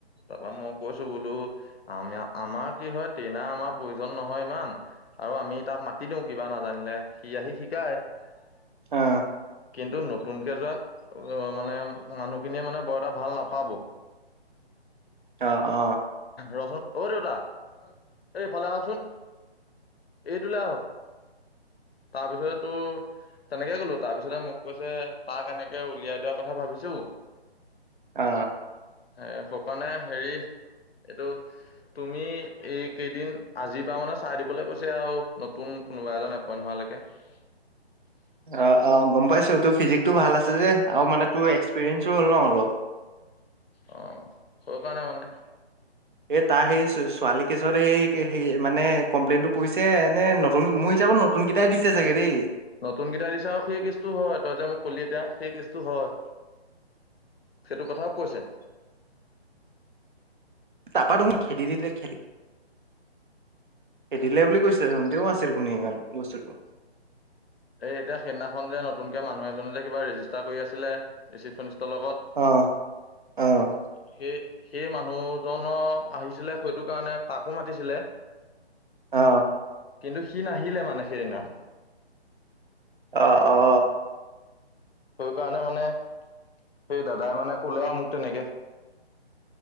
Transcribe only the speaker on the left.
তাৰপৰা মই কৈছো বোলো আমি আমাৰ কি হয় ট্ৰেইনাৰ আমাৰ প্ৰয়োজন নহয় ইমান আৰু আমি তাক মাতি দিওঁ কিবা নাজানিলে সি আহি শিকায় <unintelligible>
কিন্তু নতুনকে যোৱাত মানে মানুহখিনিয়ে মানে বৰ এটা ভাল নাপাব
ৰচোন অ দেউতা এই ইফালে আহকচোন এইটোলৈ আহক তাৰপিছতে তোৰ তেনেকে ক'লো তাৰপিছতে মোক কৈছে তাক এনেকে উলিয়াই দাৰ কথা ভাবিছো
এ সকাৰণে হেৰি এইটো তুমি এই কেইদিন আজিৰ পৰা মানে চাই দিবলৈ কৈছে আৰু নতুন কোনোবা এজন এপইন্ট হোৱালৈকে <unintelligible>
অ স কাৰণে মানে
নতুনকেইটা দিছা আৰু সেই কিসটো হয় তই যে মোক কলি এতিয়া সেই কিস হয় সেইটো কথাও কৈছে
এই এতিয়া সেইদিনাখন যে নতুনকে মানুহ এজননে যে কিবা ৰেজিষ্টাৰ কৰি আছিলে চিপন ত লগত
সেই সেই মানুহজনৰ আহিছিলে সেইটো কাৰণে তাকো মাতিছিলে
কিন্তু সি নাহিলে মানে সেইদিনা
সেই কাৰণে মানে সেই দাদাই মানে কলে আৰু মোক তেনেকে